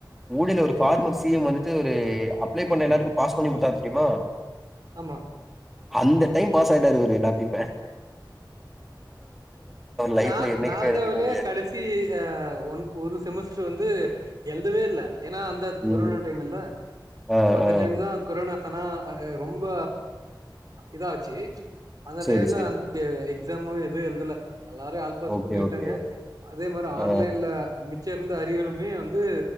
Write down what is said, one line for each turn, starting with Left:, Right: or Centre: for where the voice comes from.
Centre: ஊடல ஒரு ஃபார்மர் சி எம் வந்துட்டு ஒரு அப்ளை பண்ண எல்லாத்துக்கு பாஸ் பண்ணி குடுத்தார் தெரியுமா
Right: ஆமா
Centre: அந்த டைம் பாஸ் ஆயிட்டாரு இவரு எல்லாத்தியுமே லைஃப்ல
Right: நா
Centre: என்னைக்குமே
Right: நாங்கவ்ளே
Centre: எடுத்திருக்க முடியாது.
Right: கடைசி ஆ ஒன் ஒரு செமஸ்டர் வந்து எழுதவேல்ல ஏனா அந்தக் கொரோனா
Centre: ம்.
Right: டைமில்ல
Centre: ஆ,
Right: சோ அந்த
Centre: ஆ.
Right: டைம் தா கொரோனா தனா அ எ ரொம்ப இதாச்சு அந்த
Centre: சரி,
Right: டயம்ல
Centre: சரி.
Right: அ எக்ஸாமு எதூ எழுதல எல்லாரரையூ ஆல்பாஸ்
Centre: ஓகே,
Right: பண்ணியுட்டாங்க
Centre: ஓகே.
Right: அதே மாரி ஆன்லைன்ல
Centre: ஆ.
Right: அமித் சேர்ந்த அரியருமே வந்து